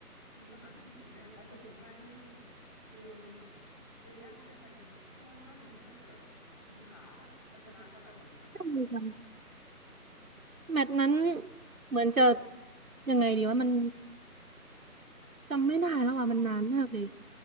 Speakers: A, on the left (about 15°); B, on the right (about 60°).
A: คือขนาดพี่สูงแค่ร้อยเจ็ดสิบห้านี่พี่ยังรู้สึกแบบเออเรายังแบบเลย์อัพเล่นอะไรดีมั้งถ้าร้อยเก้าสิบนี่น่าจะแบบกินขาดอะแล้วชนะป่ะแบบนั้นแบบนั้นอะ
B: ใช่ค่ะแมตช์นั้นเหมือนจะยังไงดีว่ามัน จำไม่ได้แล้วอ่ะมันนานมากเลย